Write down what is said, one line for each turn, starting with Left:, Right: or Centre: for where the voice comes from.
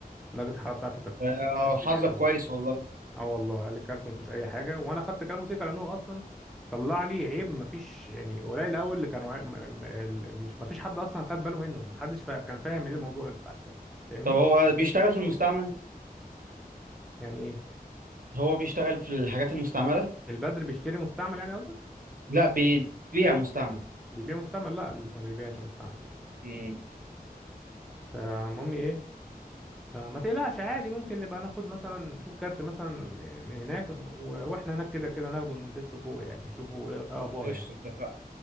Centre: درجة الحرارة بتاعته كانت
Right: آه،
Centre: 60
Right: حظك
Centre: يعني.
Right: كويس والله
Centre: اه والله قال لي كارت ما فيهوش اي حاجة وانا خدت كلامه سيكا لانه اصلا طلع لي عيب ما فيش يعني قليل قوي اللي كانوا عي- م- م- ال- مش ما فيش حد اصلا خد باله منه ما حدش فا... كان فاهم ايه الموضوع بتاع الكارت فاهمني
Right: طب هو بيشتغل في المستعمل؟
Centre: يعني ايه
Right: هو بيشتغل في الحاجات المستعملة؟
Centre: البدر بيشتري مستعمل يعني قصدك
Right: لا بيبيع مستعمل
Centre: بيبيع مستعمل لا ما بيبيعش مستعمل
Right: امم
Centre: فالمهم ايه فما تقلقش عادي ممكن نبقى ناخد مثلا نشوف كارت مثلا من هناك و- واحنا هناك كده كده ناخده نتسته فوق يعني نشوفه ايه اخبار
Right: قشطة
Centre: يعني
Right: اتفقنا